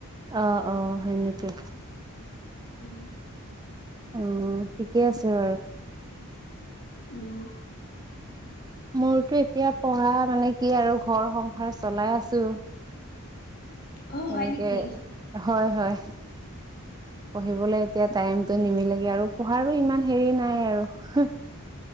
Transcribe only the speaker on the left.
উম
উম
অ
হয় নেকি